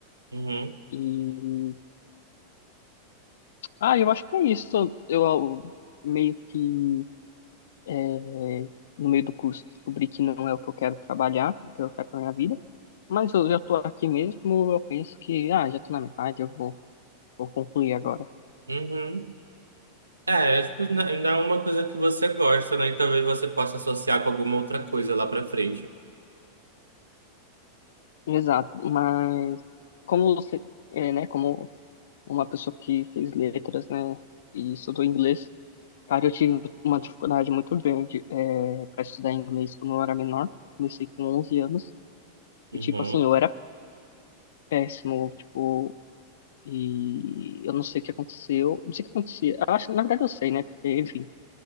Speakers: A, on the right; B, on the left.
A: Uhum,
B: E, ah, eu acho que é isso. Eu, eu meio que, é, no meio do curso, descobri que não é o que eu quero trabalhar, o que eu quero pra minha vida. Mas eu já tô aqui mesmo, eu penso que, ah, já tô na metade, eu vou, vou concluir agora.
A: uhum. É, acho que não não é uma coisa que você gosta, né? E talvez você possa associar com alguma outra coisa lá pra frente.
B: Exato, mas como você, é, né, como uma pessoa que fez letras, né, e estudou inglês, Cara, eu tive uma dificuldade muito grande é, para estudar inglês quando eu era menor. Comecei com 11 anos
A: Uhum,
B: e, tipo assim, eu era péssimo, tipo, e eu não sei o que aconteceu. Não sei o que acontecia. Eu acho, na verdade, eu sei, né? Porque, enfim,